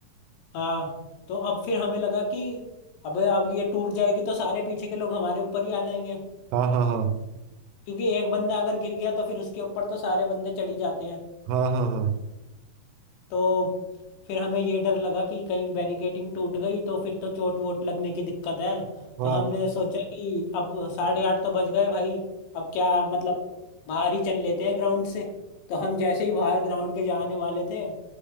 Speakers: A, on the left; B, on the right.
A: हाँ तो अब फिर हमें लगा कि अबे अब ये टूट जाएगी तो सारे पीछे के लोग हमारे ऊपर ही आ जाएंगे
B: हाँ हाँ हाँ
A: क्योंकि एक बंदा अगर गिर गया तो फिर उसके ऊपर तो सारे बंदे चढ़ ही जाते हैं
B: हाँ हाँ हाँ
A: तो फिर हमें ये डर लगा कि कहीं बैरिकेटिंग टूट गई तो फिर तो चोट वोट लगने की दिक्कत है
B: हाँ
A: तो हमने सोचा कि अब साढ़े आठ तो बज गए भाई अब क्या मतलब बाहर ही चल लेते हैं ग्राउंड से तो हम जैसे ही बाहर ग्राउंड के जाने वाले थे